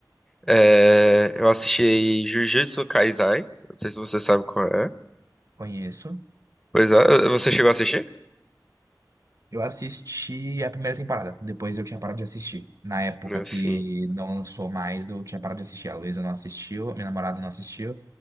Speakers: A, in the centre; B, on the right.
A: é, eu assisti Jujutsu Kaisen. Não sei se você sabe qual é.
B: Conheço.
A: Pois é, você chegou a assistir?
B: Eu assisti a primeira temporada, depois eu tinha parado de assistir. Na época
A: Não,
B: que
A: Sim.
B: não lançou mais, eu tinha parado de assistir. A Luísa não assistiu, a minha namorada não assistiu,